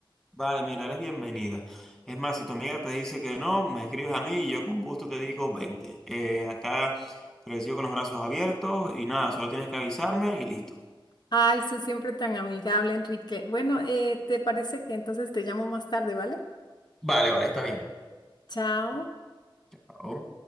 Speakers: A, in the centre; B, on the left (about 55°).
A: Vale, mira, eres bienvenida. Es más, si tu amiga te dice que no, me escribes a mí y yo con gusto te digo, vente. Eh, acá te recibo con los brazos abiertos y nada, solo tienes que avisarme y listo.
B: Ay, tú siempre tan amigable, Enrique. Bueno, eh, ¿te parece que entonces te llamo más tarde, ¿vale?
A: Vale, vale, está bien.
B: Chao.
A: Chao.